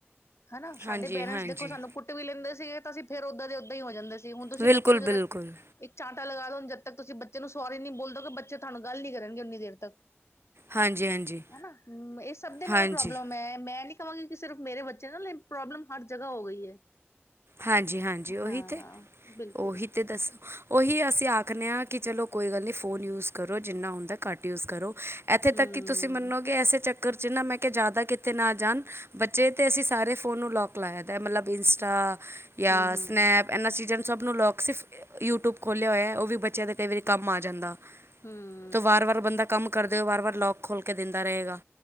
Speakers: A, on the left; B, on the right.
A: ਹੈਨਾ ਸਾਡੇ
B: ਹਾਂਜੀ
A: ਪੇਰੈਂਟਸ
B: ਹਾਂਜੀ
A: ਦੇਖੋ ਸਾਨੂੰ, ਕੁੱਟ ਵੀ ਲੈਂਦੇ ਸੀਗੇ ਤਾਂ ਅਸੀ ਫੇਰ ਉਦਾਂ ਦੇ ਉਦਾਂ ਹੀ ਹੋ ਜਾਂਦੇ ਸੀ, ਹੁਣ ਤੁਸੀਂ
B: ਬਿਲਕੁਲ
A: ਬੱਚੇ ਨੂੰ ਜਦੋਂ
B: ਬਿਲਕੁਲ
A: ਇੱਕ ਚਾਂਟਾ ਲਗਾ ਦੋ ਜਦ ਤੱਕ ਤੁਸੀਂ ਬੱਚੇ ਨੂੰ ਸੋਰੀ ਨ ਬੋਲੋਗੇ, ਕਿ ਬੱਚੇ ਤੁਹਾਨੂੰ ਗੱਲ ਨੀ ਕਰਨਗੇ। ਉਨੀ ਦੇਰ ਤੱਕ।
B: ਹਾਂਜੀ ਹਾਂਜੀ
A: ਹੈਨਾ ਇਹ ਸਭ ਦੇ ਨਾਲ
B: ਹਾਂਜੀ
A: ਪ੍ਰੋਬਲਮ ਹੈ। ਮੈਂ ਨੀ, ਮੈਂ ਕਹਾਂਗੀ ਕਿ ਸਿਰਫ਼ ਮੇਰੇ ਬੱਚੇ ਨਾਲ ਨੀ, ਪ੍ਰੋਬਲਮ ਹਰ ਜਗਾਹ ਹੋ ਗਈ ਹੈ।
B: ਹਾਂਜੀ-ਹਾਂਜੀ, ਉਹੀ
A: ਹਾਂ
B: ਤੇ
A: ਬਿਲਕੁਲ
B: ਉਹੀ। ਤੇ ਦੱਸੋ ਉਹੀ ਅਸੀਂ ਆਖਦੇ ਹਾਂ ਕਿ ਚਲੋ, ਕੋਈ ਗੱਲ ਨਹੀਂ ਫੋਨ ਯੂਜ ਕਰੋ। ਜਿਨਾ ਹੁੰਦਾ ਘੱਟ ਯੂਜਜ਼ ਕਰੋ, ਤੇ ਏਥੇ
A: ਹਮ
B: ਤੱਕ ਕਿ ਤੁਸੀਂ, ਮੰਨੋਗੇ ਇਸੇ ਚੱਕਰ ਚ ਨਾ ਮੈਂ ਕਿਹਾ ਜ਼ਿਆਦਾ ਕਿੱਥੇ ਨਾ ਜਾਣ, ਬੱਚੇ ਤੇ ਅਸੀਂ ਸਾਰੇ ਫੋਨ ਨੂੰ ਲੌਕ, ਲਾਆਦਾ ਮਤਲਬ, ਇੰਸਟਾ ਜਾਂ
A: ਹਮ ਹਮ
B: ਸਨੈਪ ਇਹਨਾਂ ਚੀਜ਼ਾਂ ਨੂੰ ਸਭ ਨੂੰ ਲੋਕ, ਸਿਰਫ ਯੂਟਿਊਬ ਖੋਲ੍ਹਿਆ ਹੋਇਆ। ਉਹ ਵੀ ਬੱਚਿਆਂ ਦਾ ਕਈ ਵਾਰੀ ਕੰਮ ਆ ਜਾਂਦਾ।
A: ਹੂ
B: ਤ ਵਾਰ ਵਾਰ ਬੰਦਾ ਕੰਮ ਕਰਦੇ ਹੋ ਵਾਰ ਵਾਰ ਲੌਕ ਖੋਲ੍ਹ ਕੇ ਦਿੰਦਾ ਰਹੇਗਾ,